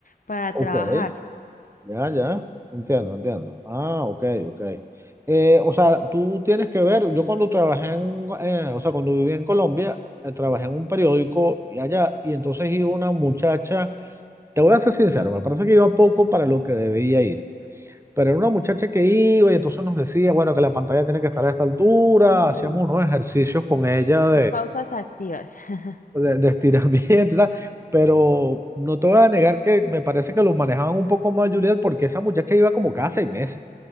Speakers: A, on the left; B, on the right.
A: para trabajar.
B: ok, ya, ya, entiendo, entiendo. Ah, ok, ok. Eh, o sea, tú tienes que ver, yo cuando trabajé en, eh, o sea, cuando viví en Colombia, eh, trabajé en un periódico y allá, y entonces iba una muchacha, te voy a ser sincero, me parece que iba poco para lo que debía ir, pero era una muchacha que iba y entonces nos decía, bueno, que la pantalla tiene que estar a esta altura,
A: Sí.
B: hacíamos unos ejercicios con ella
A: Las pausas activas. <laughs>
B: de, de estiramiento y tal, pero no te voy a negar que me parece que los manejaban un poco más, Juliet, porque esa muchacha iba como cada seis meses,